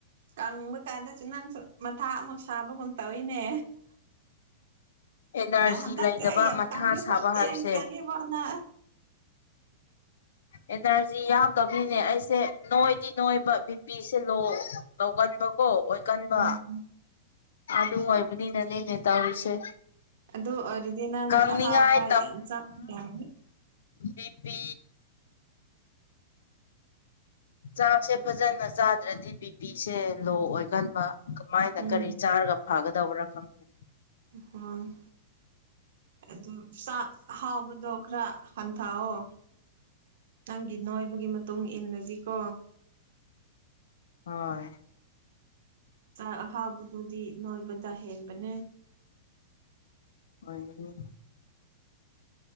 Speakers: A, on the right; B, on the left.
A: ꯀꯪꯕ ꯀꯥꯟꯗꯁꯨ ꯅꯪꯁꯨ ꯃꯊꯥ ꯑꯃꯨꯛ ꯁꯥꯕꯒꯨꯝ ꯇꯧꯏꯅꯦ
B: ꯑꯦꯅꯔꯖꯤ
A: ꯉꯍꯟꯗꯛꯇꯤ
B: ꯂꯩꯇꯕ
A: ꯑꯩ ꯌꯥꯝ
B: ꯃꯊꯥ
A: ꯇꯉꯤꯕꯣ
B: ꯁꯥꯕ ꯍꯥꯏꯕꯁꯦ
A: ꯏꯌꯥꯡ ꯀꯉꯤꯕꯣꯅ
B: ꯑꯦꯅꯔꯖꯤ ꯌꯥꯎꯗꯕꯅꯤꯅꯦ ꯑꯩꯁꯦ ꯅꯣꯏꯗꯤ ꯅꯣꯏꯕ ꯕꯤꯄꯤꯁꯤ ꯂꯣ ꯇꯧꯒꯟꯕ ꯀꯣ ꯑꯣꯏ ꯀꯟꯕ
A: ꯎꯝ
B: ꯑꯗꯨ ꯑꯣꯏꯕꯅꯤꯅꯅꯦꯅꯦ ꯇꯧꯔꯤꯁꯦ
A: ꯑꯗꯨ ꯑꯣꯏꯔꯗꯤ ꯅꯪ
B: ꯀꯪꯅꯤꯡꯉꯥꯏ
A: ꯑꯍꯥꯎꯕ ꯌꯥꯝ ꯆꯥꯕ ꯌꯥꯔꯅꯤ
B: ꯕꯤꯄꯤ ꯆꯥꯛꯁꯦ ꯐꯖꯅ ꯆꯥꯗ꯭ꯔꯗꯤ ꯕꯤ ꯄꯤꯁꯦ ꯂꯣ ꯑꯣꯏꯒꯟꯕ ꯀꯃꯥꯏꯅ
A: ꯎꯝ
B: ꯀꯔꯤ ꯆꯥꯔꯒ ꯐꯥꯒꯗꯧꯕ꯭ꯔꯥ ꯈꯪꯉ
A: ꯍ <unintelligible> ꯑꯗꯨ ꯆꯥꯛ ꯑꯍꯥꯎꯕꯗꯣ ꯈꯔ ꯍꯟꯊꯑꯣ ꯅꯪꯒꯤ ꯅꯣꯏꯕꯒꯤ ꯃꯇꯨꯡ ꯏꯟꯅꯗꯤꯀꯣ
B: ꯍꯣꯏ
A: ꯆꯥꯛ ꯑꯍꯥꯎꯕꯗꯨꯗꯤ ꯅꯣꯏꯕꯗ ꯍꯦꯟꯕꯅꯦ
B: ꯑꯣꯏꯅꯤ